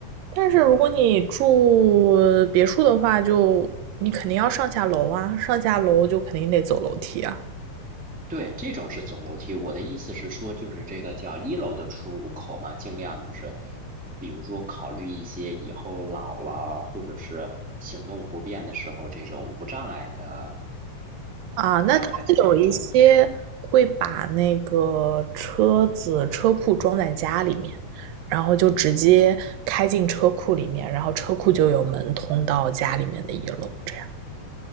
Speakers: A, on the right; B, in the centre.
A: 但是如果你住别墅的话，就你肯定要上下楼啊，上下楼就肯定得走楼梯啊。
B: 对，这种是走楼梯。我的意思是说，就是这个叫一楼的出入口嘛，尽量就是，比如说考虑一些以后老了或者是行动不便的时候，这种无障碍的、
A: 啊，那他们有一些会把那个车子车库装在家里面，
B: 障碍的这种。
A: 然后就直接开进车库里面，然后车库就有门通到家里面的一楼，这样。